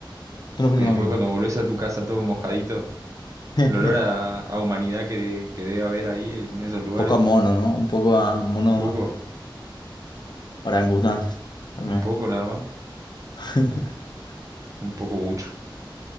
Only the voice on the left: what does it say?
Tú no opinas
lo mismo.
<laughs> Un
poco a mono, ¿no? Un poco a mono
orangutanes también.
<laughs>